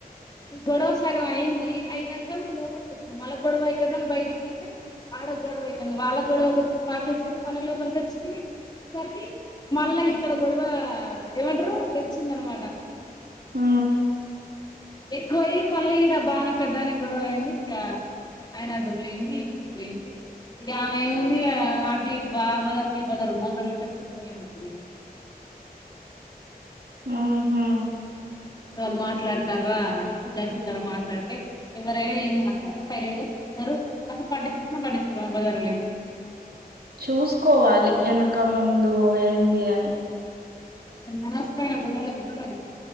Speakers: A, on the left; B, on the right.
A: ఈ గొడవ సగం అయింది అయినాక లోపలకి వస్తున్నాం వాళ్ళ గొడవ అయితాంది అని బయటికిళ్తే ఆడ గొడవ అయితాంది వాళ్ళ గొడవ మాకేరు మళ్ళ లోపలికి వచ్చి సరికి మళ్ళా ఇక్కడ గొడవ ఏమంటారు తెచ్చిందనమాట
B: హ
A: ఎక్కువ అయి మళ్ళీ ఇడ బాగానే పెద్దనే గొడవ అయింది ఇక ఆయన అటు పోయింది ఇది ఇటు పోయింది ఇగా ఆమె ఏముంది అ బాలర్ తీ బలరు పోతూనే ఉంటది ఉంట ఇ ఏంటంది <unintelligible>
B: ఉహు
A: ఇవాళు మాట్లాడతారా చిల్లరల్లర మాట్లాడితే ఎవరైనా ఏం మా సైలెంట్ గా చూస్తారు అసలు పట్టించుకోనే పట్టించుకోరు ఆ బజార్ల
B: చూసుకోవాలి వెనక ముందు ఏంది అని
A: అనవసరమైన గొడవలు <unintelligible>